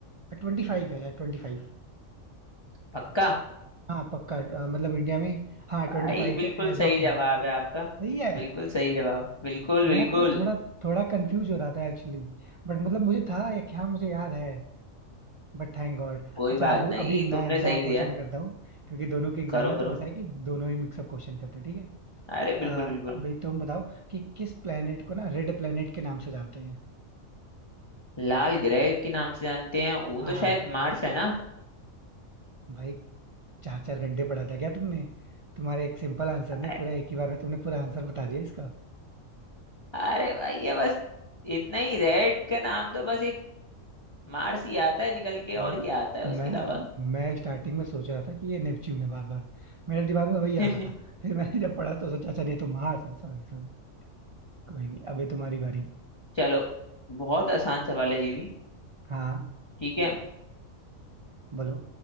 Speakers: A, on the right (about 50°); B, on the left (about 20°).
A: ट्वेंटी फाइव है या ट्वेंटी फाइव
B: पक्का
A: हाँ पक्का अ, मतलब इंडिया में हाँ ट्वेंटी
B: भाई
A: फाइव
B: बिल्कुल
A: है एज
B: सही
A: ऑफ
B: जवाब
A: नाउ
B: है आपका
A: सही है
B: बिल्कुल सही जवाब बिल्कुल बिल्कुल
A: मैं ना थोड़ा थोड़ा कंफ्यूज हो रहा था एक्चुअली बट मतलब मुझे था या क्या मुझे याद है बट थैंक गॉड
B: कोई
A: अच्छा
B: बात
A: अब
B: नहीं
A: अभी मैं
B: तुमने
A: मैं
B: सही
A: क्वेश्चन
B: दिया
A: करता हूँ क्योंकि दोनों के एग्जाम
B: करो
A: है तो
B: करो
A: ऐसा है कि दोनों ही मिक्सअप क्वेश्चन करते हैं ठीक है
B: अरे बिल्कुल
A: अ,
B: बिल्कुल
A: अभी तुम बताओ कि किस प्लेनेट को ना रेड प्लेनेट के नाम से जानते हैं
B: लाल ग्रह के नाम से जानते हैं वो
A: हाँ
B: तो
A: हाँ
B: शायद मार्स है ना
A: भाई चार चार घंटे पढ़ा था क्या तुमने तुम्हारे एक सिंपल आंसर ने
B: अ-
A: पूरा एक ही बार में तुमने पूरा आंसर बता दिया इसका
B: अरे भाई ये बस इतना ही रेड का नाम तो बस एक मार्स ही आता है निकल के
A: भाई
B: और क्या आता है उसके
A: मैं
B: अलावा
A: मैं स्टार्टिंग में सोच रहा था कि ये नेपच्यून है बार बार मेरे दिमाग में वही
B: <laughs>
A: आ रहा था फिर मैंने जब पढ़ा तो सोचा अच्छा नहीं तो मार्स है Sorry sorry कोई नहीं अभी तुम्हारी बारी
B: चलो बहुत आसान सवाल है ये भी
A: हाँ
B: ठीक है
A: बोलो